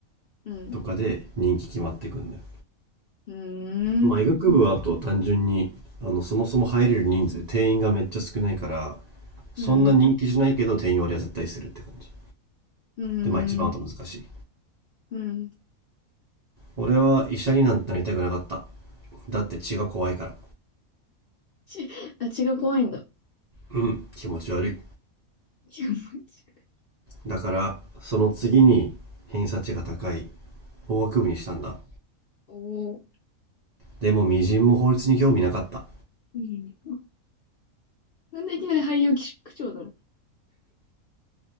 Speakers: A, on the left; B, on the right.
A: うん。
B: とかで人気決まってくんだよ。
A: うん。
B: まあ、医学部はあと単純にあのそもそも入れる人数定員がめっちゃ少ないからそんな人気じゃないけど定員割りは絶対するって感じ
A: うん。うん。
B: でまあ一番あと難しい
A: うん。
B: 俺は医者になんてなりたくなかっただって血が怖いから
A: ち、あ、血が怖いんだ。
B: うん気持ち悪い
A: 違う。違う
B: だからその次に偏差値が高い法学部にしたんだ
A: うん。おお。
B: でもみじんも法律に興味なかった
A: いいね。なんでいきなり俳優区長だろ